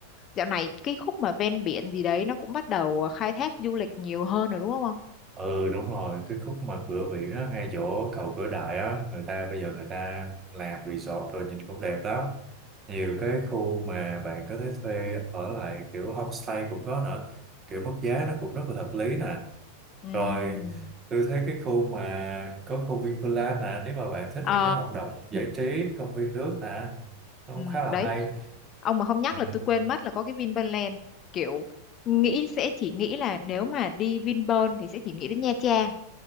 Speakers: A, on the left (about 35°); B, on the right (about 25°).
A: dạo này cái khúc mà ven biển gì đấy nó cũng bắt đầu khai thác du lịch nhiều hơn rồi đúng không ông?
B: ừ đúng rồi cái khúc mà cửa biển á ngay chỗ cầu Cửa Đại á người ta bây giờ người ta làm resort rồi nhìn cũng đẹp đó nhiều cái khu mà bạn có thể thuê ở lại kiểu homestay cũng có nữa kiểu mức giá nó cũng rất là hợp lý nè
A: Ừm.
B: rồi tôi thấy cái khu mà có khu Vinpearl nè nếu mà bạn thích
A: Ờ.
B: những cái hoạt động giải trí công viên nước nè nó
A: Ừm,
B: cũng khá là
A: đấy.
B: hay
A: Ông mà không nhắc
B: ừ.
A: là tôi quên mất là có cái Vinpearl kiểu nghĩ sẽ chỉ nghĩ là nếu mà đi Vinpearl thì sẽ chỉ nghĩ đến Nha Trang